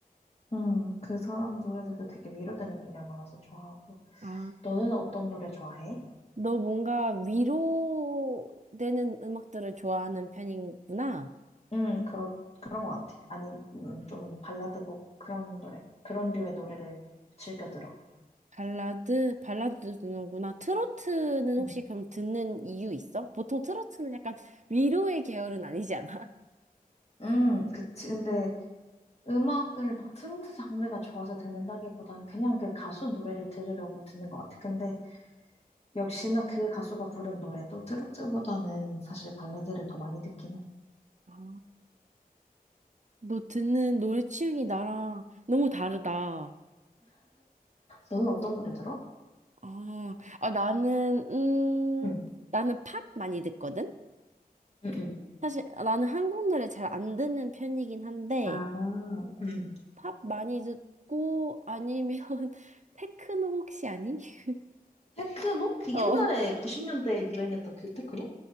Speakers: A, on the left (about 45°); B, on the right (about 50°).
A: 음, 그 사람 노래들도 되게 위로되는 노래 많아서 좋아하고.
B: 아,
A: 너는 어떤 노래 좋아해?
B: 너 뭔가 위로되는 음악들을 좋아하는 편이구나.
A: 음, 그런, 그런 것 같아. 아니, 음, 좀 발라드곡 그런 노래, 그런 류의 노래를 즐겨 들어.
B: 발라드, 발라드도 듣는구나. 트로트는 혹시
A: 음,
B: 그럼 듣는 이유 있어? 보통 트로트는 약간 위로의 계열은 아니지 않아? <laughs>
A: 음, 그치. 근데 음악을 막 트로트 장르가 좋아서 듣는다기보단 그냥 그 가수 노래를 들으려고 듣는 것 같아. 근데 역시나 그 가수가 부른 노래도 트로트보다는 사실 발라드를 더 많이 듣긴 해.
B: 아. 너 듣는 노래 취향이 나랑 너무 다르다.
A: 너는 어떤 노래 들어?
B: 아, 아, 나는, 음,
A: 응,
B: 나는 팝 많이 듣거든?
A: 응, 응.
B: 사실 나는 한국 노래 잘 안 듣는 편이긴 한데,
A: 아, 응.
B: 팝 많이 듣고, 아니면, <laughs> 테크노 혹시 아니? <laughs>
A: 테크노? 그 옛날에
B: 어,
A: 90년대에 유행했던 그 테크노?